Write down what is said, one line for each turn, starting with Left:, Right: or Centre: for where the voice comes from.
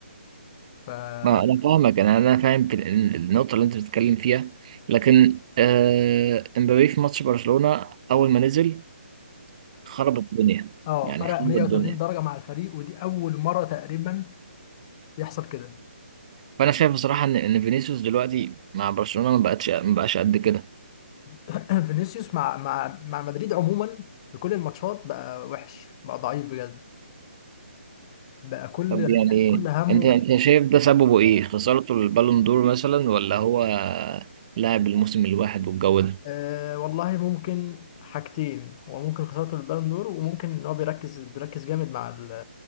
Left: ففرق
Right: ما انا فاهمك انا انا فاهم في ال- النقطه اللي انت بتتكلم فيها لكن آه، امبابي في ماتش برشلونه اول ما نزل خرب الدنيا
Left: اه
Right: يعني
Left: فرق
Right: خرب
Left: 180
Right: الدنيا
Left: درجة مع الفريق ودي أول مرة تقريبا يحصل كده
Right: فانا شايف بصراحه ان ان فينيسيوس دلوقتي مع برشلونه ما بقتش ما بقاش قد كده
Left: <clears throat> فينيسيوس مع مع مع مدريد عموما في كل الماتشات بقى وحش بقى ضعيف بجد بقى كل
Right: طب يعني
Left: يعني كل همه
Right: انت انت شايف ده سببه ايه خسارته البالون دور مثلا ولا هو لاعب الموسم الواحد والجو ده
Left: آه والله ممكن حاجتين هو ممكن خسارته البالون دور وممكن ان هو بيركز بيركز جامد مع ال-